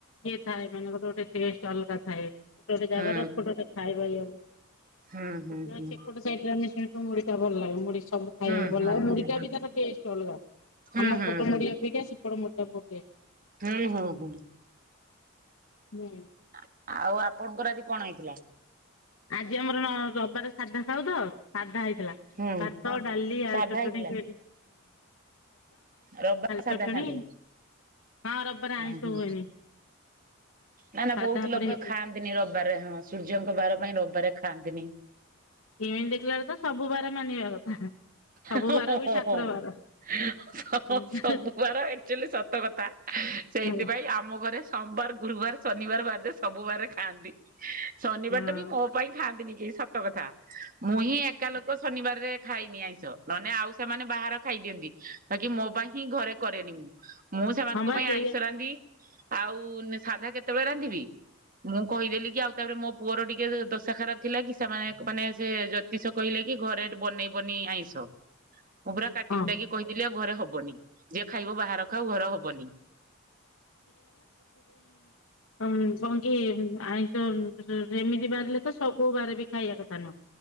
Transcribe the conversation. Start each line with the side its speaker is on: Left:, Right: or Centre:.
Left: ଇଏ ଥାଏ ମାନେ ଗୋଟେ ଗୋଟେ ଟେଷ୍ଟ ଅଲଗା ଥାଏ। ଗୋଟେ ଗୋଟେ ଜାଗାର
Right: ହୁଁ
Left: ଗୋଟେ ଗୋଟେ ଖାଇବା ଇଏ ନା
Right: ହୁଁ ହୁଁ ହୁଁ ହୁଁ
Left: ସେପଟ ସାଇଟ ଜାନି ସାର। ତ ମୁଢ଼ି ଟା ଭଲ ଲାଗେ ମୁଢ଼ି ଚ ସବୁ ଖାଇବାକୁ
Right: ହୁଁ
Left: ଭଲଲାଗେ
Right: ହୁଁ
Left: ମୁଢ଼ିଟା
Right: ହୁଁ ହୁଁ।
Left: ବି ତାର ଟେଷ୍ଟ ଅଲଗା
Right: ହୁଁ
Left: ଆମ
Right: ହୁଁ
Left: ପଟ
Right: ହୁଁ
Left: ମୁଢ଼ି ଅପେକ୍ଷା ସେ ସେପଟ ମୁଢି ଟା ଭ
Right: ହୁଁ ହୁଁ ହୁଁ।
Left: ହୁଁ
Right: ଆ ଆଉ ଆପଣଙ୍କର ଆଜି କଣ ହେଇଥିଲା?
Left: ଆଜି ଆମର ନ ରବବାରେ ସାଧା ଖାଉତ ସାଧା ହେଇ ଥିଲା
Right: ହୁଁ
Left: ଭାତ ଡାଲି
Right: ସାଧା
Left: ଆଳୁ ଚଟଣି
Right: ହେଇଥିଲା
Left: ଭେ
Right: ରବିବାର ସାଧା
Left: ଚଟଣି
Right: ଖାଆନ୍ତି
Left: ହଁ ରବିବାରେ ଆଇଁଷ
Right: ଉହୁଁ
Left: ହୁଏନି
Right: ନା ନା
Left: ସାଧା
Right: ବହୁତ
Left: ଉପରେ
Right: ଲୋକ
Left: ହେଇଥିବ।
Right: ଖାଆନ୍ତିନି ରବିବାରରେ ହଁ ସୂର୍ଯ୍ୟଙ୍କ ବାର। ପାଇଁ ରବାରେ ଖାଆନ୍ତି। <inaudible>
Left: ଏଣେ ଦେଖିଲା ବେଳୁକୁ ତ ସବୁ ବାର ମାନିବା କଥା ସବୁ
Right: ଓ ହ
Left: ବାର ବି
Right: ହ
Left: ଠାକୁର
Right: ହ
Left: ବାର।
Right: ସ
Left: କିନ୍ତୁ
Right: ସବୁବାର ଏକ୍ଟୁଆଲି ସତ କଥା ସେଇଥିପାଇଁ
Left: ହଁ
Right: ଆମଘରେ ସୋମବାର ଗୁରୁବାର ଶନିବାର ବାଦେ ସବୁବାରେ ଖାଆନ୍ତି। ଶନିବାରଟା
Left: ହଁ
Right: ବି ମୋ ପାଇଁ ଖାଆନ୍ତିନି। ଏଇ ସତ କଥା ମୁଁ ହିଁ ଏକା ଲୋକ ଶନିବାରରେ ଖାଇନି ଆଇଁଷ ଯ ନନେ ଆଉ ସେମାନେ ବାହାର ଖାଇ ଦିଅନ୍ତି। ବାକି କି ମୋ ପାଇଁ ହିଁ ଘରେ କରେନି ମୁଁ। ମୁଁ ସେମାନଙ୍କ
Left: ହଁ ବା
Right: ପାଇଁ
Left: ସେଇଆ।
Right: ଆଇଁଷ ରାନ୍ଧି ଆଉ ସାଧା କେତେବେଳେ ରାନ୍ଧିବି। ମୁଁ କହିଦେଲି କି ଆଉ ତାପରେ ମୋ ପୁଅର ଟିକେ ଦଶା ଖରାପ ଥିଲା କି ସେମାନେ ମାନେ ସେ ଜ୍ୟୋତିଷ କହିଲେ। କି ଘରେ ବନେଇ ବନି ଆଇଁ ହ ମୁଁ ପୁରା କାଟିକୁଟାଇକି
Left: ହଁ
Right: କହିଦେଲି ଆଉ ଘରେ ହବ। ବନି ଯେ ଖାଇବ ବାହାର ଖାଉ ଘର ହବନି।
Left: ହ କଣ କି ଆଇଁଷ ଅ ସେମିତି ବାରିଲେ ତ ସବୁ ବାର ବି ଖାଇବା କଥା ନୁହଁ।